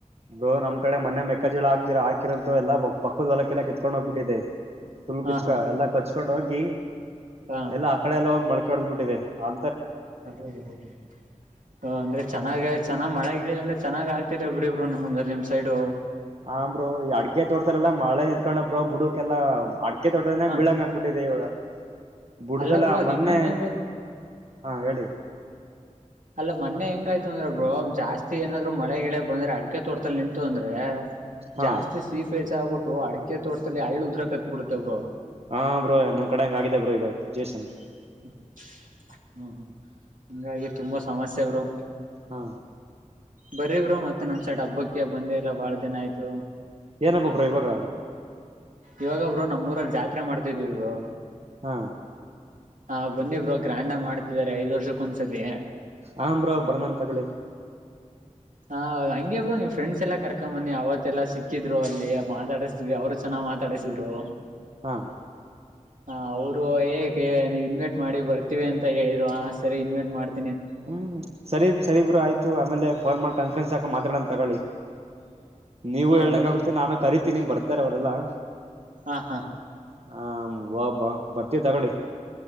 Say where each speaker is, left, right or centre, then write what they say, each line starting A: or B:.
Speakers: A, on the right; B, on the right.
A: ಬ್ರೋ ನಮ್ಮ ಕಡೆ ಮೊನ್ನೆ ಮೆಕ್ಕ ಜೋಳ ಹಾದಿರ ಹಾಕಿರೋದು ಎಲ್ಲ ಪಕ್ಕದೊಲಕ್ಕೆಲ್ಲ ಕತ್ೊಂಡ ಹೋಗ್ಬಿಟ್ಟಿದೆ ಫುಲ್
B: ಹಾ
A: ಕಿಚ್ಕ
B: ಹಾ
A: ಎಲ್ಲಾ ಕೊಚ್ಕೊಂಡ ಹೋಗಿ
B: ಹಾ
A: ಎಲ್ಲಾ ಆ ಕಡೆ ಎಲ್ಲ ಹೋಗಿ ಮಳಕೆ ಹೊಡೆ್ದ್ ಬಿಟ್ಟಿದೆ ಅ
B: <unintelligible> ಹ ಅಂದ್ರೆ ಚೆನ್ನಾಗ ಚನ ಮಳೆ ಎಲ್ಲ ಚೆನ್ನಾಗ ಆಗ್ತಿರ ಬಿಡಿಬ್ರಂಗ ಅಂದ್ರ ನಿಮ್ ಸೈಡ್
A: ಹ ಬ್ರೋ ಈ ಅಡ್ಗೆ ತೋರ್ತಲಲ್ಲಾ ಮಳೆ ನಿಂತ್ಕೊಂಡ ಬ್ರೋ ಬುಡಕಲ್ಲಾ ಅಡ್ ಮಡಿಕೆ ತೊಟದನೀ
B: ಹಾ
A: ಬಿಳಂಗಗೆ ಆಗ್ಬಿಟ್ಟಿದೆ ಇವಾಗ ಬುಡ್ದಲ್ಲ
B: ಅಲ್ಲ ಬ್ರೋ ಅದ್
A: ಮೊನ್ನೆ
B: ಇನ್ನೊಂದ್ ಏನ್ ಗೊತ್
A: ಹಾ ಹೇಳಿ
B: ಅಲ್ಲ ಮೊನ್ನೆ ಹಂಗೆ ಆಯ್ತು ಅಂದ್ರೆ ಬ್ರೋ ಜಾಸ್ತಿ ಏನಾದ್ರು ಮಳೆ ಗಿಳ ಬಂದ್ರೆ ಅಡಿಕೆ ತೋರ್ತಲ್ ನಿಂತು ಅಂದ್ರೆ
A: ಹಾ
B: ಜಾಸ್ತಿ ಸಿಹಪೇ್ ಆಗ್ಬಿಟ್ಟು ಅಡಿಕೆ ತೋಟದಲ್ಲಿ ಹಳ್ಳು ಉದ್ರಾ ಕತ್ಬಿಡತ ಬ್ರೋ
A: ಹಾ ಬ್ರೋ ನಮ್ ಕಡೆ ಹಂಗ ಆಗಿದೆ ಬ್ರೋ ಈಗ ಸಿಚುವೇೇಶನ್
B: <unintelligible> ಹ್ಮ ಹಂಗಾಗಿ ತುಂಬಾ ಸಮಸ್ಯೆ ಬ್ರೋ
A: ಹಾ
B: ಬರೀ ಬ್ರೋ ಮತ್ತೆ ನಮ್ ಸೈಡ್ ಹಬ್ಬಕ್ಕ ಬಂದೇ ಇಲ್ಲ ಬಾಳ ದಿನ ಆಯ್ತು
A: ಏನು ಹಬ್ಬ ಬ್ರೋ ಇವಾಗ
B: ಇವಾಗ ಬ್ರೋ ನಮ್ಮೂರಲ್ಲಿ ಜಾತ್ರೆ ಮಾಡ್ತಿದ್ವಿ ಬ್ರೋ
A: ಹಾ
B: ಹಾ ಬನ್ನಿ ಬ್ರೋ ಗ್ರ್ಯಾಂಡ ಮಾಡ್ತಿದ್ದಾರೆ ಐದ್ ವರ್ಷಕ್ಕ ಒಂದು ಸಾಲೇ
A: ಹ್ ಬ್ರೋ ಬರ್ನತಗಳಿ
B: ಹಾ ಹಂಗೆ ಬ್ರೋ ನೀ ಫ್ರೆಂಡ್ಸ್ ಎಲ್ಲ ಕರ್ಕೊ್ಂಬನ್ನಿ ಅವತ್ತೆಲ್ಲಾ ಸಿಕ್ಕಿದ್ರು ಅಲ್ಲಿ ಮಾತಾಡಿಸತಿದವಿ ಅವ್ರು ಚೆನ್ನ ಮಾತಾಡಿಸಿದ್ರು
A: ಹಾ
B: ಹ ಅವರು ಏಕೆ ನೀವು ಇನ್ವೈಟ್ ಮಾಡಿ ಬರ್ತೀವಿ ಅಂತ ಹೇಳಿದ್ರು ಆ ಸರಿ ಇನ್ವೈಟ್ ಮಾಡ್ತ
A: ಹ್ಮ್ ಸರಿ ಸರಿಬ್ರು ಆಯ್ತು ಆಮೇಲೆ ಫೋನ್ ಮಾಡಿ ಕಾನ್ಫರೆನ್ಸ್ ಹಾಕ ಮಾತಾಡೋಂತ ತಗೊಳ್ಳಿ ನೀವು
B: ಹಾ
A: ಹೇಳ್ದಂಗ
B: ಬ್ರೋ
A: ಆಗುತ್ತೆ ನಾನು ಕರಿತೀನಿ ಬರ್ತಾರೆ ಅವರೆಲ್ಲಾ
B: ಹಾ ಹಾ
A: ಹ ಬರ್ತೀವಿ ತಗೊಳ್ಳಿ